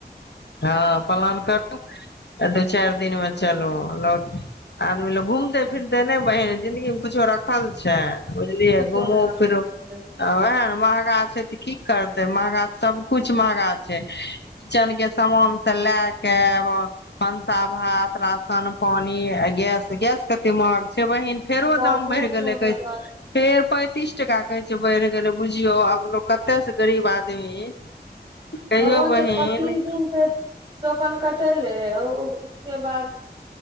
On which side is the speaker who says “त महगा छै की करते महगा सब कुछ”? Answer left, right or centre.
Left